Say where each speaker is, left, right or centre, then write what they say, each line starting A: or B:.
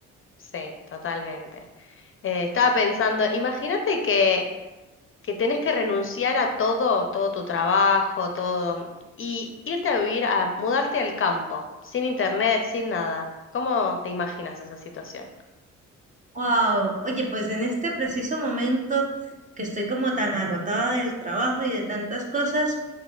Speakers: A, on the left (about 45°); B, on the right (about 25°).
A: sí, totalmente. Eh, estaba pensando, imagínate que, que tenés que renunciar a todo, todo tu trabajo, todo, y irte a vivir, a mudarte al campo, sin internet, sin nada. ¿Cómo te imaginas esa situación?
B: Wow, oye, pues en este preciso momento que estoy como tan agotada del trabajo y de tantas cosas,